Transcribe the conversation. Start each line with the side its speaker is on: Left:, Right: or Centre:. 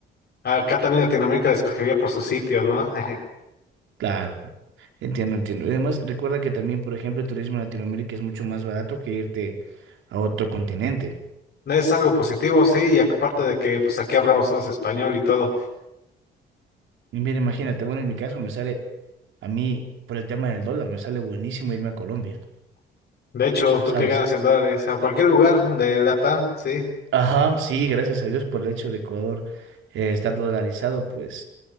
Left: acá también Latinoamérica la escogería por sus sitios, ¿no? <laughs>
Right: Claro. Entiendo, entiendo. Y además, recuerda que también, por ejemplo, el turismo en Latinoamérica es mucho más barato que irte a otro continente.
Left: No es algo positivo, sí, y aparte de que, pues aquí hablamos todos español y todo.
Right: Y mira, imagínate, bueno, en mi caso me sale, a mí, por el tema del dólar, me sale buenísimo irme a Colombia,
Left: De hecho, tú
Right: ¿sabes?
Left: que ganas en dólares, a cualquier lugar de Latam, sí.
Right: Ajá, sí, gracias a Dios por el hecho de Ecuador eh, estar dolarizado, pues